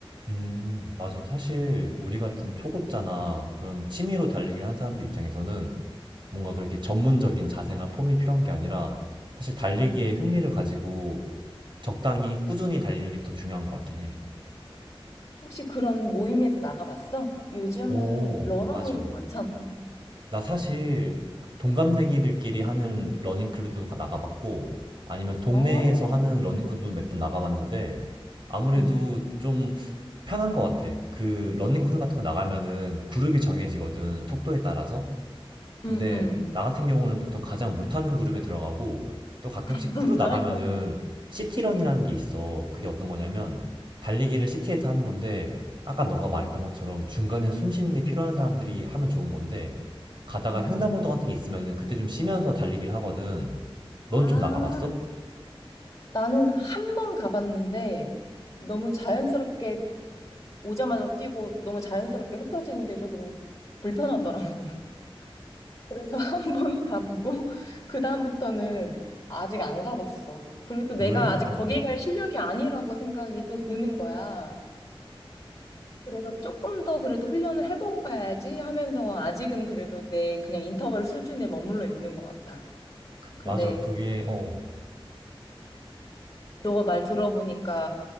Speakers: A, on the right (about 55°); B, on the left (about 35°).
A: 음, 맞아. 사실 우리 같은 초급자나 그런 취미로
B: 음,
A: 달리기를 한 사람들 입장에서는 뭔가 그렇게 전문적인 자세나 폼이 필요한 게 아니라 사실 달리기에
B: 음.
A: 흥미를 가지고 적당히 꾸준히 달리는 게 더 중요한 것 같긴 해.
B: 혹시 그런 모임에도 나가봤어? 요즘은
A: 오,
B: 러너
A: 맞아.
B: 모임도 많잖아.
A: 나 사실 동갑내기들끼리 하는 러닝크루도 가- 나가봤고 아니면 동네에서
B: 어,
A: 하는 러닝크루도 몇 번 나가봤는데 아무래도
B: 응,
A: 좀 편한 것 같아. 그 러닝크루 같은 거 나가면은 그룹이 정해지거든. 속도에 따라서.
B: 응
A: 근데
B: 응,
A: 나 같은 경우는 보통 가장 못하는 그룹에 들어가고 또 가끔씩
B: <laughs>
A: 크루
B: 응. 잘할
A: 나가면은
B: 것 같아.
A: 시티런이라는
B: 응
A: 게 있어. 그게 어떤 거냐면 달리기를 시티에서 하는 건데 아까 너가
B: 응,
A: 말했던 것처럼 중간에 숨 쉬는 게 필요한 사람들이 하면 좋은 건데 가다가
B: 어.
A: 횡단보도 같은 게 있으면은 그때 좀 쉬면서 달리기를 하거든. 넌
B: 아,
A: 좀 나가봤어?
B: 나는 한 번 가봤는데 너무 자연스럽게 오자마자 뛰고 너무 자연스럽게 흩어지는 게 조금 불편하더라고. <laughs> 그래서 한 번 가보고 그다음부터는 아직 안 가봤어. 그리고 또 내가
A: 왜?
B: 아직
A: 어, 어.
B: 거기 갈 실력이 아니라고 생각이 또 드는 거야. 그래서 조금 더 그래도 훈련을 해보고 가야지 하면서 아직은 그래도 내 그냥 인터벌 수준에 머물러 있는 것 같아. 근데
A: 맞아. 그게, 어.
B: 너가 말 들어보니까